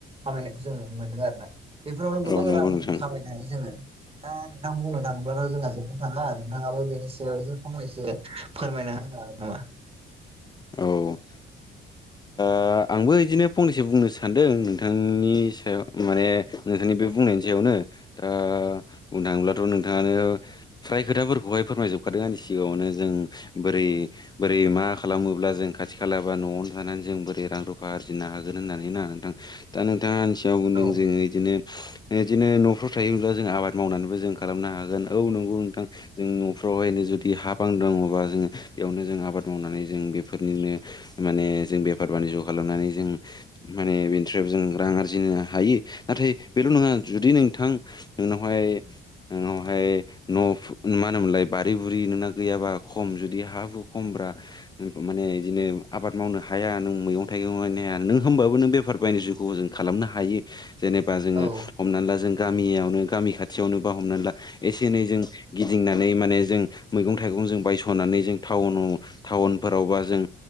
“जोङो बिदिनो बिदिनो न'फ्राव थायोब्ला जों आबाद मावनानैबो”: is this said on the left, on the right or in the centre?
Left